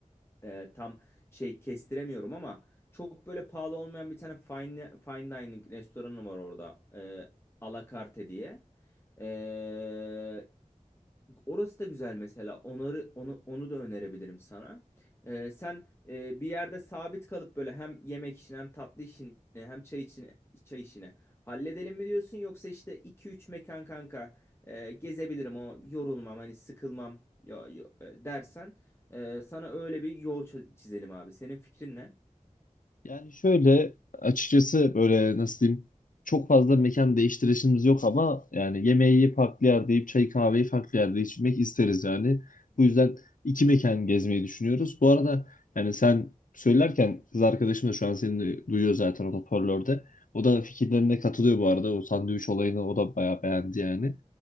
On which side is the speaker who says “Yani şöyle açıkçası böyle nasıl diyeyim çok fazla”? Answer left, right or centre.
Left